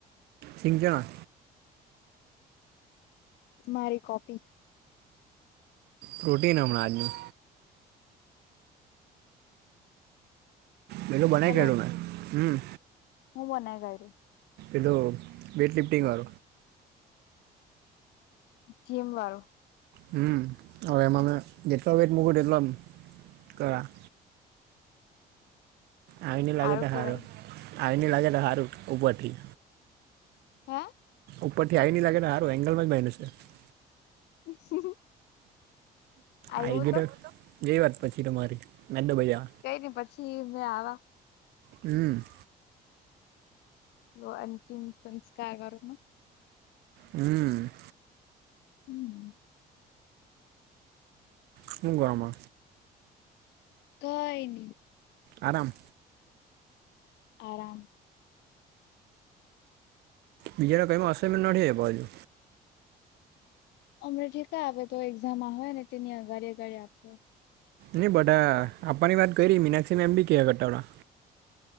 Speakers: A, on the right; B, on the left.
A: શિજણ.
B: મારી કોપી.
A: પ્રોટીન હમણા આજની પેલું બનાઈ
B: હલો
A: કરું મેં હમ.
B: હું બનાઈ કાયરી?
A: એલો, વેઇટ લિફ્ટિંગ વાર.
B: જીમ વાળો.
A: હમ, હવે એમાં મે જેટલો વેટ મૂક તેટલો એમ કરે. ‌ આવી ની લાગે,
B: સારું કેવાય
A: હારું, આવી ન લાગે તો હારું ઉપરથી.
B: હા.
A: ઉપરથી આવી નહીં લાગે ને, સારું એગંલમાં જ બાંધ્યું છે.
B: <unintelligible> આવ્યું
A: આવી
B: તો
A: ગયો જે વાત પછી તમારી, મે તો ભાઈ.
B: કઈને પછી મેં આવા.
A: હમ.
B: હલો, અંતિમ સંસ્કારારમાં.
A: હમ.
B: હમ.
A: શું ગમે?
B: કંઈ ની.
A: આરામ.
B: આરામ.
A: બીજા કઈ મા અસાઈમેન્ટ નથી આપ્યા હજુ.
B: અમારે થી કા આપે? એક્ઝામ આવે ને તેની અગાળી- અગાળી આપે.
A: નહીં, બધા આપવાની વાત કરી મીનાક્ષી મેમ એમ બી કીઆ કરતા હતા.